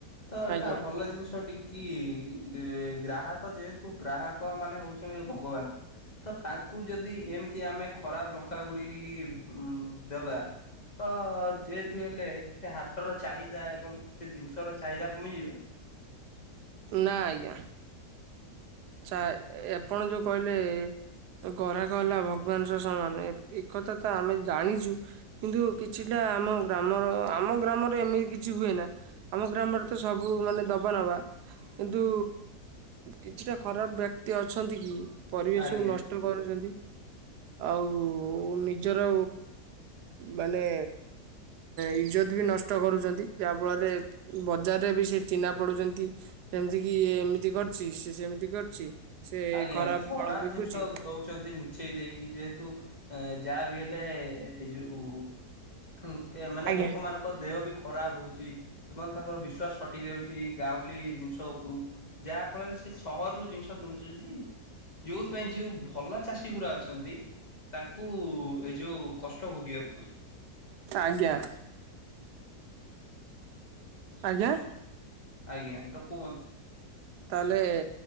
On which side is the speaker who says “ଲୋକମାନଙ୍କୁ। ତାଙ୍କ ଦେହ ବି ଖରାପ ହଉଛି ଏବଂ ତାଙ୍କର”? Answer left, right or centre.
Left